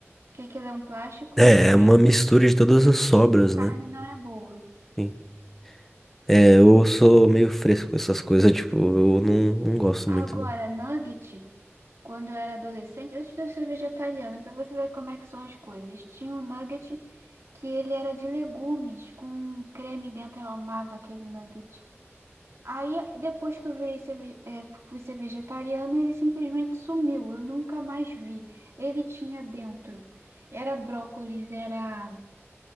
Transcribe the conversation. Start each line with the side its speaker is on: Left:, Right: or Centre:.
Right: que aquilo é um plástico
Centre: É,
Right: e
Centre: é uma mistura de todas as sobras,
Right: carne
Centre: né?
Right: não é boa.
Centre: Sim. É, eu sou meio fresco com essas coisas, <laughs> tipo, eu não, não gosto
Right: Agora,
Centre: muito, não.
Right: nugget. Quando eu era adolescente, antes de eu ser vegetariana, pra você ver como é que são as coisas. Tinha um nugget que ele era de legumes, com um creme dentro, eu amava aquele nugget. Aí, depois que eu virei ser, ve- eh, fui ser vegetariana, ele simplesmente sumiu, eu nunca mais vi. Ele tinha dentro, era brócolis, era